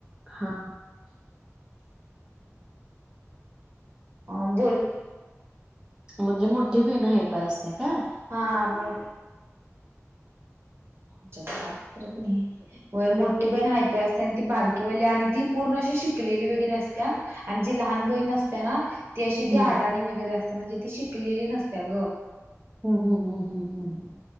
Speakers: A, on the right; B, on the right.
A: हा.
B: आ बोल.
A: म्हणजे मोठी बहीण हायपाय असत्या काय.
B: हा हा मो आमच्या घरात तर कणी. होय मोठी बहीण हायपाय असत्या आणि ती, बारकीवाली आणि ती पूर्ण अशी शिकलेली वगैरे असत्या. आणि जी लहान बहीण असत्या ना, ती अशी
A: हम्म
B: ती आडाणी वगैरे असत्या, म्हणजे ती शिकलेली नसत्या गं.
A: हम हम हम हम हम.